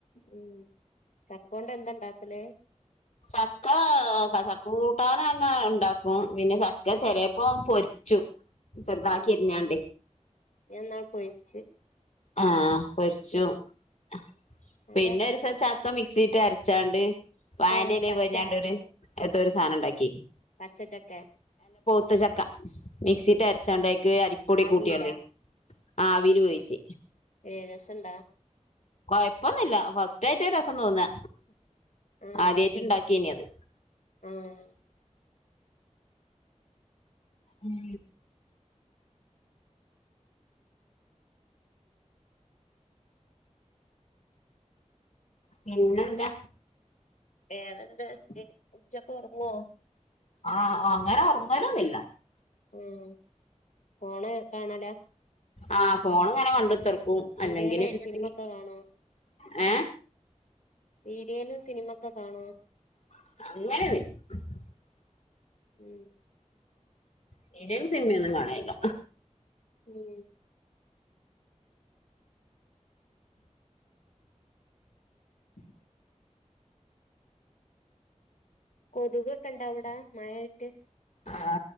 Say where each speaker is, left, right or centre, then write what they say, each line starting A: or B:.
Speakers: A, on the left (about 85°); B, on the left (about 65°).
A: ഉം ചക്കോണ്ട് എന്താ ഇണ്ടാ ക്കല്
B: ചക്കാ ച ചക്ക കൂട്ടാനന്നെ ഇണ്ടാക്കും പിന്നെ ച ക്ക ചെലേപ്പോ പൊരിച്ചും ചെറ്താക്കി
A: ആഹ്
B: എര്ഞ്ഞാണ്ടെ
A: ഞാൻ ഇന്നാള് പൊരിച്ച്
B: ആഹ് പൊരിച്ചും
A: ഉം
B: ആഹ്
A: നല്ല
B: പിന്നെ ഒരൂസം ചക്ക മിക്സീട്ട് അരച്ചാണ്ട് വാഴന്റെലേ
A: ഏഹ് പച്ച
B: പൊയിഞ്ഞാണ്ടൊര് ഏതോ ഒരു സാധനം ഉണ്ടാക്കി
A: പച്ച ചക്ക
B: പഴുത്തച്ചക്ക മിക്സീട്ട് അരച്ചണ്ടേക്ക് അരിപ്പൊടി
A: ആവീലാ
B: കൂട്ടിയണ്ട് ആ ആവിൽ വേവിച്ച്
A: ഏ രസൊണ്ട
B: കൊഴപ്പൊന്നുമില്ല ഫസ്റ്റായിട്ട് രസം തോന്നാ
A: ആഹ്
B: ആദ്യായിട്ടുണ്ടാക്കിയനി അത്
A: ആഹ്
B: ഉം പിന്നെന്താ
A: വേറെന്ത് ഉച്ചൊക്ക് ഉറങ്ങുവോ
B: ആ അങ്ങനെ ഉറങ്ങലൊന്നുമില്ല
A: ഉം ഫോണ് കാണല
B: ആ ഫോൺ ഇങ്ങനെ കണ്ടു തീർക്കും
A: സീരിയല്
B: അല്ലെങ്കിൽ <unintelligible>
A: സിനിമൊക്കെ കാണോ
B: ഏ
A: സീരിയലും സിനിമൊക്കെ കാണുവ
B: അങ്ങനെയൊന്നൂല
A: ഉം
B: സിരിയലും സിനിമയൊന്നും കാണണില്ല
A: ഉം <unintelligible> കൊതുകൊക്കെ ഇണ്ടാ അവിട മഴയായിട്ട്
B: ആ